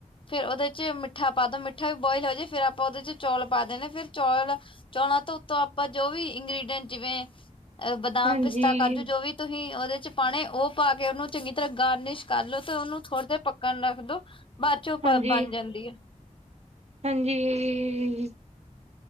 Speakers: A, on the left (about 40°); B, on the right (about 55°).
A: ਫਿਰ ਉਹਦੇ ਚ ਮਿੱਠਾ ਪਾ ਦੋ ਮਿੱਠਾ ਵੀ ਬੋਇਲ ਹੋ ਜਾਏ ਫਿਰ ਆਪਾਂ ਉਹਦੇ ਚ ਚੌਲ ਪਾ ਦਿੰਦੇ ਫਿਰ ਚੌਲ। ਚਾਹੁੰਣਾ ਤਾਂ ਉੱਤੋਂ ਆਪਾਂ ਜੋ ਵੀ ਇੰਗਰੀਡੀਐਟ ਜਿਵੇਂ ਅ ਬਦਾਮ
B: ਹਾਂਜੀ-ਹਾਂਜੀ
A: ਪਿਸਤਾ ਕਾਜੂ ਜੋ ਵੀ। ਤੁਸੀਂ ਉਹਦੇ ਚ ਪਾਣੇ ਉਹ ਪਾ ਕੇ ਉਹਨੂੰ ਚੰਗੀ ਤਰ੍ਹਾਂ ਗਾਰਨਿਸ਼ ਕਰ ਲੋ ਤੇ ਉਹਨੂੰ ਥੋੜੇ ਦੇਰ ਪਕ। ਪੱਕਣ ਰੱਖ ਦਿਓ ਬਾਅਦ ਚੋਂ
B: ਹਾਂਜੀ,
A: ਉਹ ਬਣ ਜਾਂਦੀ ਹੈ।
B: ਹਾਂਜੀ